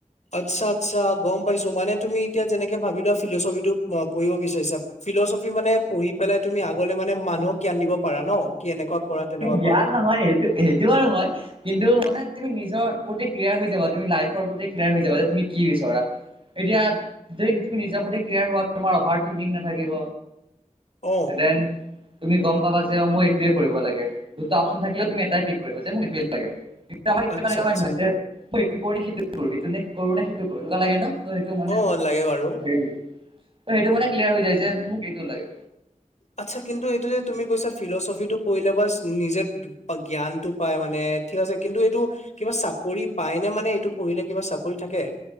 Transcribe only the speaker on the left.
আচ্ছা আচ্ছা গম পাইছো মানে তুমি এতিয়া যেনেকে ভাবি লোৱা ফিলচফিটো পঢ়িব বিচাৰিছা ফিলচফি মানে পঢ়ি পেলাই তুমি আগলে মানে মানুহক জ্ঞান দিবপাৰা ন কি এনেকুৱা কৰা তেনেকুৱা
কৰা
অ
আচ্ছা
আচ্ছা
অ
লাগে বাৰু
আচ্ছা কিন্তু এইটো যে তুমি কৈছা। ফিলচফি টো পঢ়িলে বাচ নিজে জ্ঞানটো পাই মানে ঠিক আছে, কিন্তু এইটো কিবা কৰি পায়নে মানে এইটো পঢ়িলে কিবা চাকৰি থাকে